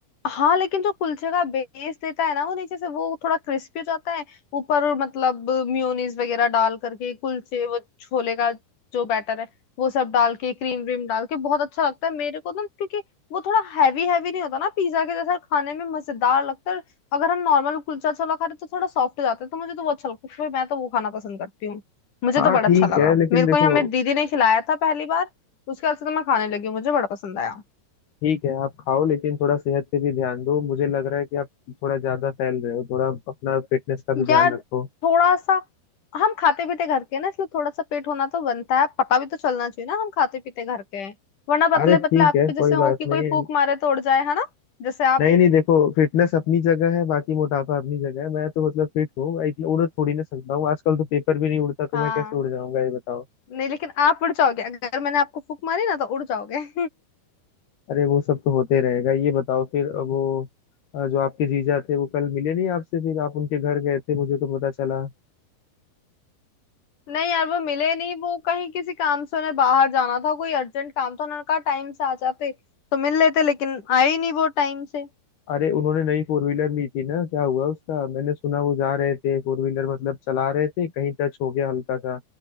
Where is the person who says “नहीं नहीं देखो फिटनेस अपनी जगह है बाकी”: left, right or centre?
Left